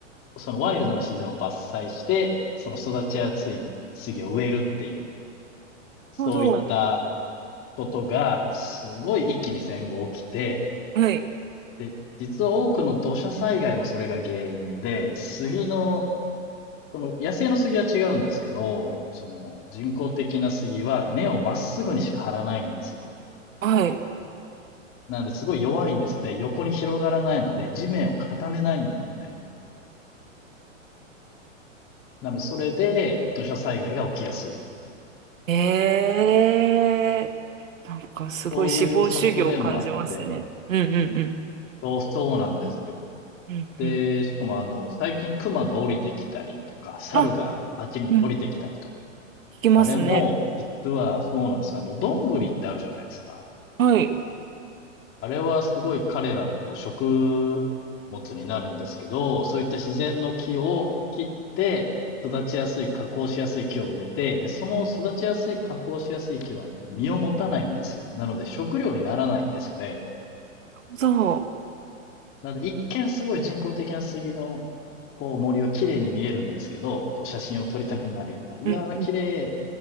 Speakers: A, on the left; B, on the right.
A: うそのワイルドな自然を伐採して、その育ちやすい杉を植えるっていう、そういった
B: ほど。
A: ことが、すごい一気に戦後起きて、
B: はい、
A: で、実は多くの土砂災害もそれが原因で、杉の、その野生の杉は違うんですけど、その人工的な杉は根をまっすぐにしか張らないんですよ。
B: はい。
A: なんですごい弱いんですよね。横に広がらないので、地面を固めないんですね。なので、それで土砂災害が起きやすい。
B: ええなんかすごい資本主義を感じますね。
A: そういう側面もあって、
B: うんうん
A: そう、そうなんですよ。
B: うん。
A: で、
B: うんうん。
A: しかもあの、最近クマが降りてきたりとか、猿が街に降りてきたりとか、
B: あ、うん、聞きますね。
A: あれも実はそうなんですよ。あの、どんぐりってあるじゃないですか。
B: はい。
A: あれはすごい彼らのこう食物になるんですけど、そういった自然の木を切って、育ちやすい、加工しやすい木を植えて、で、その育ちやすい、加工しやすい木は実を持たないんですよ。なので食料にならないんですよね。
B: そ
A: なので、一見すごい人工的な杉の、こう、森は綺麗に見えるんですけど、こう、写真を撮りたくなるような、うわー、
B: う。うんうん。
A: 綺麗、